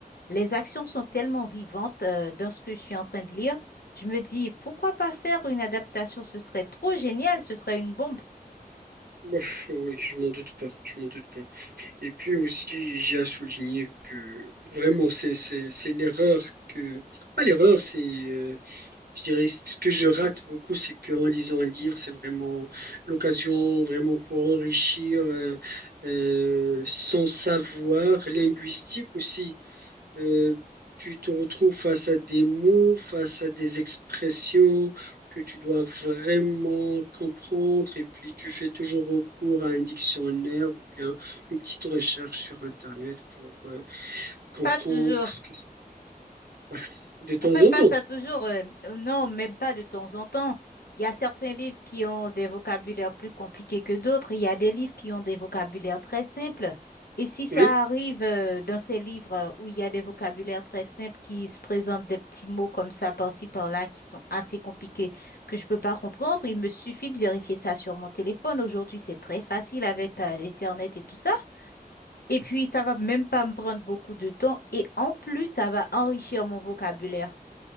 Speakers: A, on the left; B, on the right.
A: les actions sont tellement vivantes, euh, dans ce que je suis en train de lire. Je me dis, pourquoi pas faire une adaptation? Ce serait trop génial, ce serait une bombe.
B: Ouf, oui, je m'en doute pas, je m'en doute pas. Et puis aussi, j'ai à souligner que vraiment, c'est c'est- c'est l'erreur que... Pas l'erreur, c'est... euh, je dirais, ce que je rate beaucoup, c'est qu'en lisant un livre, c'est vraiment l'occasion vraiment pour enrichir euh, euh, son savoir linguistique aussi. Euh, tu te retrouves face à des mots, face à des expressions que tu dois vraiment comprendre et puis tu fais toujours recours à un dictionnaire ou bien une petite recherche sur Internet pour euh, comprendre
A: Pas toujours
B: ce que... Ouais. <laughs> De temps
A: On fait
B: en
A: pas
B: temps,
A: ça toujours, euh, euh, non, même pas de temps en temps. Il y a certains livres qui ont des vocabulaires plus compliqués que d'autres. Il y a des livres qui ont des vocabulaires très simples. Et si ça
B: oui.
A: arrive euh, dans ces livres euh, où il y a des vocabulaires très simples qui se présentent des petits mots comme ça par-ci par-là qui sont assez compliqués que je peux pas comprendre, il me suffit de vérifier ça sur mon téléphone. Aujourd'hui, c'est très facile avec euh, l'Internet et tout ça. Et puis, ça va même pas me prendre beaucoup de temps. Et en plus, ça va enrichir mon vocabulaire.